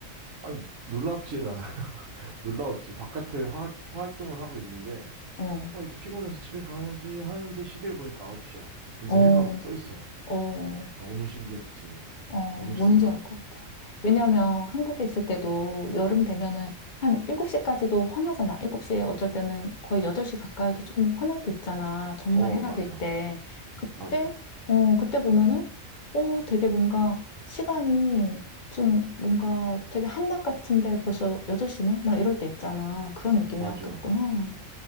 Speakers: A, on the right; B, on the left.
A: 아니 놀랍지 않아. <laughs> 놀라웠지. 바깥에 화- 활동을 하고 있는데
B: 어,
A: 어, 이제 피곤해서 집에 가야지 하는데 시계를 보니까 9시야. 근데
B: 어,
A: 해가 막 떠 있어.
B: 어.
A: 너무 신기했지.
B: 어,
A: 너무
B: 뭔지
A: 좋더라.
B: 알 것 같아. 왜냐면 한국에 있을 때도 여름 되면은 한 7시까지도 환하잖아. 7시에 어쩔 때는 거의 8시 가까이도 조금 환할 때 있잖아. 정말
A: 어,
B: 해가
A: 맞아.
B: 길 때. 그때,
A: 맞아.
B: 어, 그때 보면은, 오, 되게 뭔가 시간이 좀 뭔가 되게 한낮 같은데 벌써 8시네? 막 이럴 때 있잖아. 그런 느낌이었겠구나.
A: 맞아.